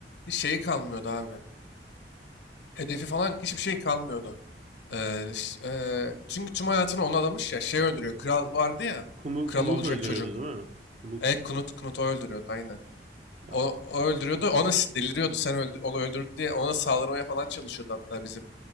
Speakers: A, on the left; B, on the right.
A: Hiç şeyi kalmıyordu abi. Hedefi falan hiçbir şey kalmıyordu. Ee, ş- ee, çünkü tüm hayatını ona adamış ya. Şey öldürüyor. Kral vardı ya.
B: Kunu
A: Kral
B: Kunut
A: olacak
B: öldürüyordu
A: çocuk.
B: değil mi? Kunut.
A: E Knut Knut o öldürüyordu aynen.
B: Ya
A: O, o öldürüyordu. Ona s- deliriyordu. Sen öldü, onu öldürdü diye ona saldırmaya falan çalışıyordu hatta bizim